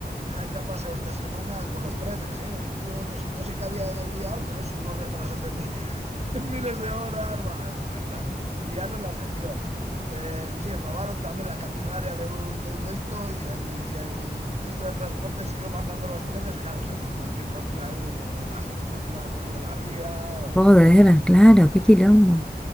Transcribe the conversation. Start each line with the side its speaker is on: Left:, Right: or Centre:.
Right: Ay, ¿qué ha pasado esta semana con los trenes, eh? El tío, no sé, no sé qué había liado, pero es unos retrasos de mi- <laughs> miles de horas. va, O sea, liaron las de Dios. Eh, sí, robaron también la catenaria de un, de un esto y el, y el ministro de Transporte siguió mandando los trenes. Claro, se montó un pifostio ahí de la gente tirada en medio de la vía. bueno,
Centre: Joder, claro, qué quilombo.